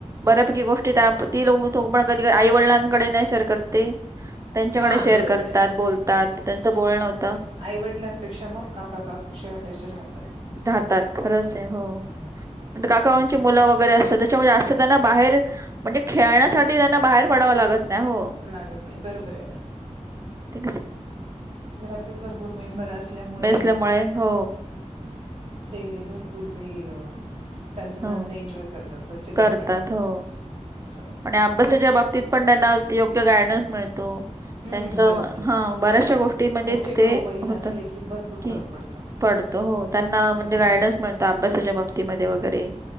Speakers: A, on the right; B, on the right.
A: बऱ्यापैकी गोष्टी ती लोो पण कधी आई वडिलांकडे नाही शेअर करते त्यांच्याकडे
B: हां
A: शेअर
B: बरोबर
A: करतात बोलतात त्यांचं बोलणवतं
B: आईवडलांपेक्षा मग काकाका कुशी हटयचे राहत
A: हातात खरंच आहे हो
B: हम्म. असं
A: काकाची मुलं वगैरे असतात त बाहेर म्हणजे खेळ साठी त्यांना बाहेर पडावा लागत नाही हो
B: लागत नाही बरोबर आहे ना
A: क
B: घरातच भरपूर मेंबर असल्यामुळे
A: बेसल्यामुळे हो
B: ते भरपूर काही ग त्यांचं त्यांचं
A: हो
B: एन्जॉय करतात बच्चकंपणी
A: करतात हो
B: असं
A: आणि अभ्यासाच्या बाबतीत पण त्यांना योग्य गायडन्स मिळतो
B: हं,
A: त्यांच
B: बरोबर आहे.
A: हा बऱ्याचशा गोष्टी म्हणजे
B: मोठे
A: ते
B: भाऊ बहीण
A: होतात
B: असले की भरपूर
A: कि
B: फरक पडतो.
A: पडतो हो त्यांना म्हणजे
B: हं, हं,
A: गायडन्स
B: हं.
A: मिळतो अभ्यासाच्या बाबतीमध्ये वगैरे